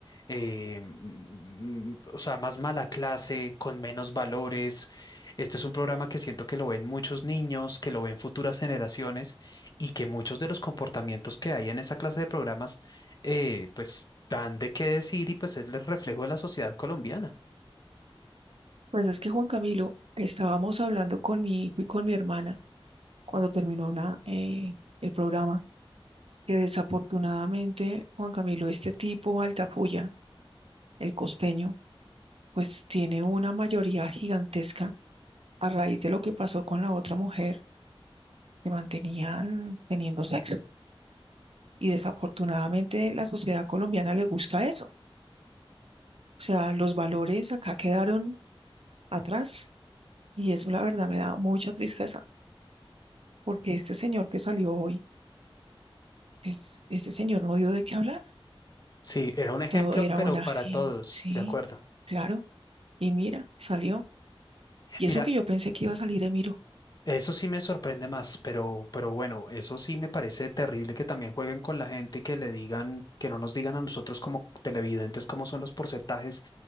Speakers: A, on the left; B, on the right.
A: em, o sea, más mala clase, con menos valores. Este es un programa que siento que lo ven muchos niños, que lo ven futuras generaciones y que muchos de los comportamientos que hay en esa clase de programas, eh, pues dan de qué decir y pues es el reflejo de la sociedad colombiana.
B: Pues es que Juan Camilo, estábamos hablando con mi hijo y con mi hermana cuando terminó la, eh, el programa, que desafortunadamente, Juan Camilo, este tipo Altafulla, el costeño, pues tiene una mayoría gigantesca a raíz de lo que pasó con la otra mujer que mantenían teniendo sexo. Y desafortunadamente la sociedad colombiana le gusta eso. O sea, los valores acá quedaron atrás y eso la verdad me da mucha tristeza porque este señor que salió hoy, es, este señor no dio de qué hablar.
A: Sí, era un ejemplo,
B: Todo era
A: pero
B: buena
A: para
B: gente,
A: todos,
B: sí,
A: de acuerdo.
B: claro. Y mira, salió. Y
A: Mira,
B: eso que yo pensé que iba a salir Emiro.
A: Eso sí me sorprende más, pero, pero bueno, eso sí me parece terrible que también jueguen con la gente y que le digan, que no nos digan a nosotros como televidentes cómo son los porcentajes,